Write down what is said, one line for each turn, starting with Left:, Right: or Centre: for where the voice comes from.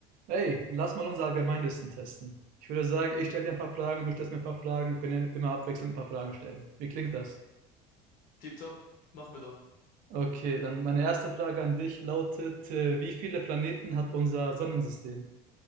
Right: Hey, lass mal unser Allgemeinwissen testen. Ich würde sagen, ich stelle dir ein paar Fragen, du stellst mir ein paar Fragen. Wir können ja immer abwechselnd ein paar Fragen stellen. Wie klingt das?
Left: Tipptopp, machen wir doch.
Right: Okay, dann meine erste Frage an dich lautet, äh, wie viele Planeten hat unser Sonnensystem?